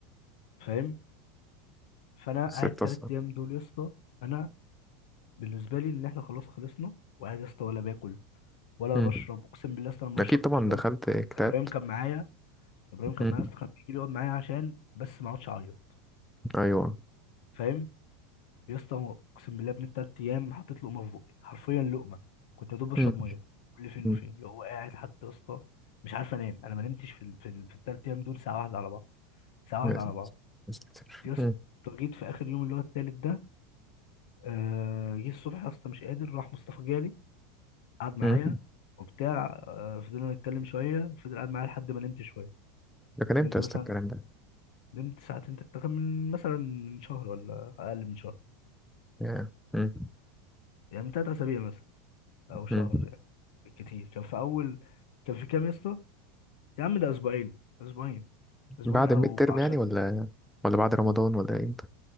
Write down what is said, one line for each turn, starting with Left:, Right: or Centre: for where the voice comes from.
Left: فاهم فانا
Centre: ستة
Left: قاعد ثلاث
Centre: صح
Left: ايام دول يا اسطى انا بالنسبه لي ان احنا خلاص خلصنا وقاعد يا اسطى ولا باكل ولا
Centre: مم.
Left: بشرب اقسم بالله يا اسطى لما
Centre: أكيد
Left: بشرب
Centre: طبعا
Left: ابراهيم
Centre: دخلت كتابت
Left: ابراهيم كان معايا ابراهيم كان
Centre: مم.
Left: معايا يا اسطى كان بيجي لي يقعد معايا عشان بس ما اقعدش اعيط
Centre: أيوه
Left: فاهم يا اسطى هو اقسم بالله ابن التلات ايام حطيت لقمه في بقي حرفيا لقمه كنت يا دوب بشرب
Centre: مم.
Left: ميه كل فين
Centre: مم.
Left: وفين اللي هو قاعد حتى يا اسطى مش عارف انام انا ما نمتش في ال... في, ال... في التلات ايام دول ساعه واحده على بعض ساعه
Centre: يا
Left: واحده
Centre: ساتر
Left: على بعض
Centre: يا ساتر
Left: يا اسطى
Centre: مم.
Left: جيت في اخر يوم اللي هو التالت ده آه... جه الصبح يا اسطى مش قادر راح مصطفى جالي قعد معايا
Centre: مم.
Left: وبتاع آه... فضلنا نتكلم شويه فضل قاعد معايا لحد ما نمت شويه
Centre: ده كان إمتى
Left: نمت
Centre: يا
Left: مثلا
Centre: اسطى الكلام ده؟
Left: نمت ساعتين تلاتة. ده كان من مثلا من شهر ولا أقل من شهر
Centre: يا. مم.
Left: يعني من تلات أسابيع مثلا أو شهر
Centre: مم.
Left: يعني بالكتير كان في أول كان في كام يا اسطى؟ يا عم ده أسبوعين أسبوعين أسبوعين
Centre: بعد
Left: أو
Centre: الميد ترم
Left: عشر
Centre: يعني ولا ولا بعد رمضان ولا إمتى؟